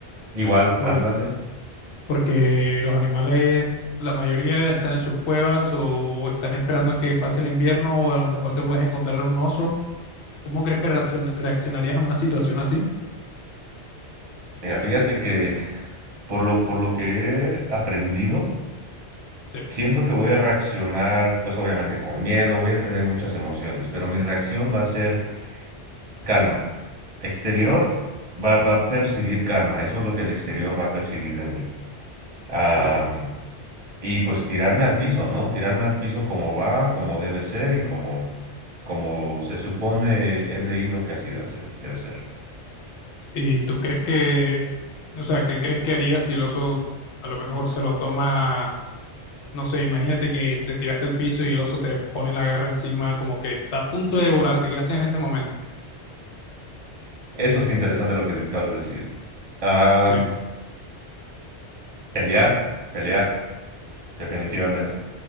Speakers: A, on the right; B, on the left.
A: Igual,
B: Por-
A: ándale.
B: porque los animales, la mayoría están en sus cuevas o, o están esperando que pase el invierno o a lo mejor te puedes encontrar un oso. ¿Cómo crees que reaccion- reaccionarías a una situación así?
A: Mira, fíjate que por lo, por lo que he aprendido,
B: Sí,
A: Siento que voy a reaccionar, pues obviamente con miedo, voy a tener muchas emociones, pero mi reacción va a ser calma. Exterior va, va a percibir calma, eso es lo que el exterior va a percibir de mí. Am,
B: claro.
A: y pues tirarme al piso, ¿no? Tirarme al piso como va, como debe ser y como, como se supone he leído que así hace- debe ser.
B: ¿Y tú crees que, o sea, qué crees que haría si el oso a lo mejor se lo toma, no sé, imagínate que te tiraste al piso y el oso te pone la garra encima, como que está a punto de devorarte, ¿qué haces en ese momento?
A: Eso es interesante lo que acabas de decir. Am,
B: Sí.
A: pelear, pelear, definitivamente.